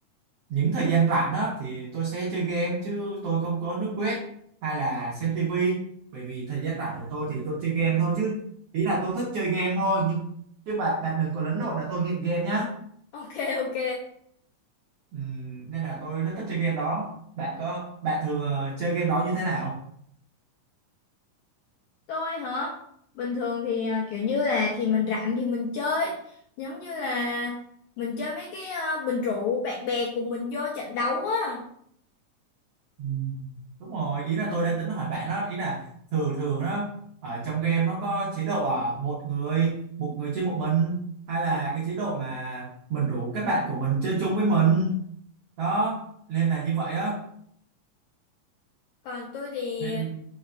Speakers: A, on the right; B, on the left.
A: những thời gian rảnh á thì tôi sẽ chơi game chứ tôi không có nước web hay là xem tivi bởi vì thời gian rảnh của tôi thì tôi chơi game thôi chứ ý là tôi thích chơi game thôi nhưng chứ bạn bạn đừng có lẫn lộn là tôi nghiện game nhá
B: Ok ok.
A: Ừm, nên là tôi rất thích chơi game đó bạn có bạn thường ờ, chơi game đó như thế nào
B: Tôi hả? Bình thường thì à, kiểu như là thì mình rảnh thì mình chơi giống như là mình chơi mấy cái à, bình rượu bạn bè của mình vô trận đấu á.
A: Ừm, đúng rồi ý là tôi đang tính hỏi bạn đó ý là thường thường đó ở trong game nó có chế độ à, một người một người chơi một mình hay là cái chế độ mà mình rủ các bạn của mình chơi chung với mình đó nên là như vậy á
B: Còn tôi thì
A: nên